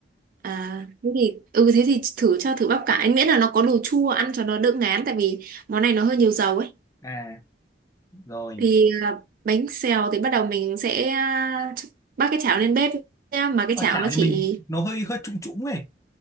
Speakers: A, on the right; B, on the left.
A: À, thế thì ừ thế thì thử cho thử bắp cải miễn là nó có đồ chua ăn cho nó đỡ ngán tại vì món này nó hơi nhiều dầu ấy
B: à rồi
A: thì à, bánh xèo thì bắt đầu mình sẽ à, ch- bắc cái chảo lên bếp nha mà cái
B: Ờ,
A: chảo
B: chảo
A: nó
B: nhà
A: chỉ
B: mình nó hơi hơi trũng trũng ấy